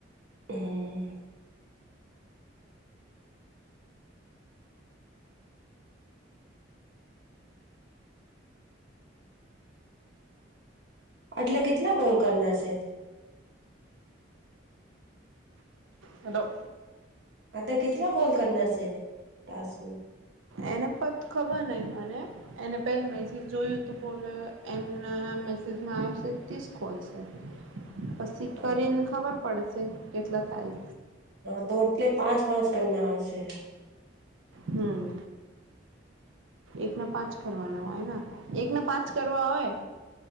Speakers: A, on the right; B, on the right.
A: હમ એટલે કેટલા કોલ કરના છે?
B: હલો.
A: અતા કેટલા કોલ કરના શે. ટાસ્કમે?
B: એને પત ખબર નઈ મને. એને પે મેસેજ જોયું તો બોલો એમને મેસેજમાં આવ શે તીસ કોલ શે. પછી
A: હ
B: કરીને ખબર પડશે કેટલા થાય.
A: હ તો એટલે પાંચ-પાંચ કરના આવશે.
B: હમ એકના પાંચ કરવાના હોય ને એક ના પાંચ કરવા હોય